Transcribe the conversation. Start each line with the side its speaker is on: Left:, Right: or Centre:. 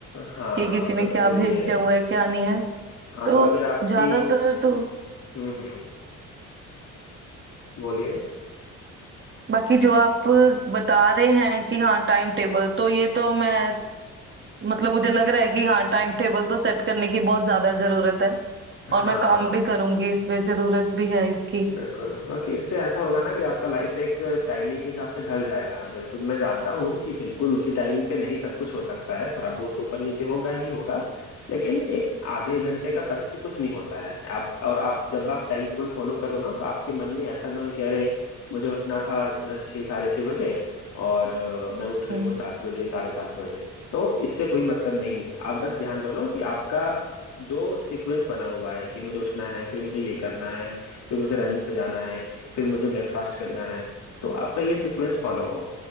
Left: हाँ
Right: कि किसी ने
Left: तो
Right: क्या
Left: चलिए
Right: भेजा हुआ है क्या नहीं है
Left: हाँ
Right: तो
Left: तो अगर आपकी
Right: ज्यादातर तो
Left: हम्म हम्म बोलिए
Right: बाकी जो आप बता रहे हैं कि हाँ टाइम टेबल तो ये तो मैं मतलब मुझे लग रहा है कि हाँ टाइम टेबल तो सेट करने की बहुत ज्यादा जरूरत है
Left: हाँ
Right: और मैं काम भी करूंगी इस पे जरूरत भी है इसकी
Left: बिल्कुल क्योंकि इससे ऐसा होगा ना कि आपका लाइफ एक टाइमिंग के हिसाब से ढल जाएगा बिल्कुल मैं जानता हूँ कि बिल्कुल उसी टाइमिंग पे नहीं सब कुछ हो सकता है थोड़ा बहुत तो ऊपर नीचे होगा ही होगा लेकिन एक आधे घंटे का फर्क से कुछ नहीं होता है आप और आप जब आप टाइम टेबल फॉलो करो ना तो आपके मन में ऐसा ना हो कि अरे मुझे उठना था अ, छः साढ़े छः बजे और अ, मैं उठ रही
Right: हम्म।
Left: हूँ सात बजे साढ़े सात बजे तो इससे कोई मतलब नहीं है आप बस ध्यान दो ना कि आपका जो सीक्वेंस बना हुआ है कि मुझे उठना है फिर मुझे ये करना है फिर मुझे रनिंग पे जाना है फिर मुझे ब्रेकफास्ट करना है तो आपका ये सीक्वेंस फॉलो हो